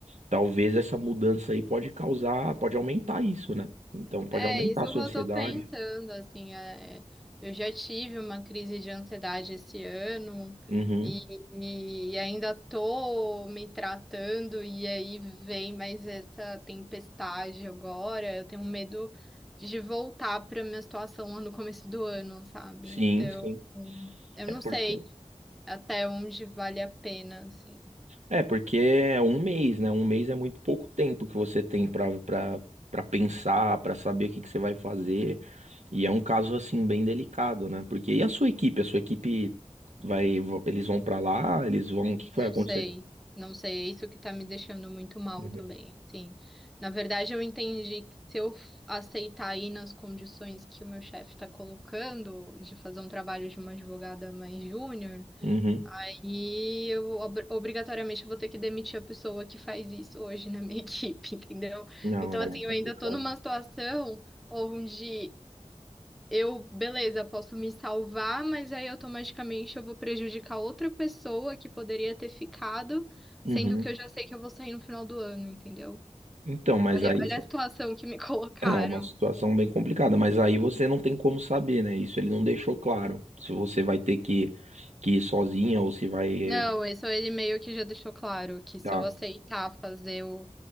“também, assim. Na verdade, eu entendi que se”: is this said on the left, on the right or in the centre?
Centre